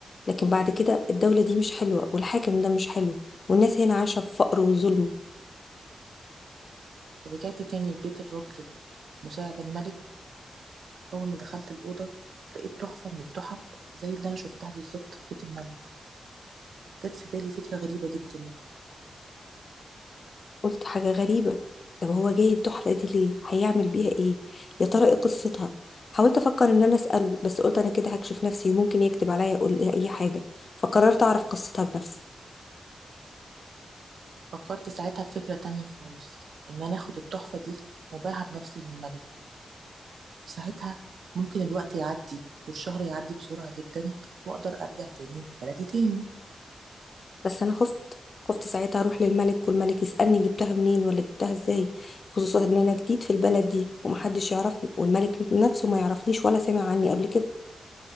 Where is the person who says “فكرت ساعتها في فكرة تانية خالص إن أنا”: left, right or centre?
Right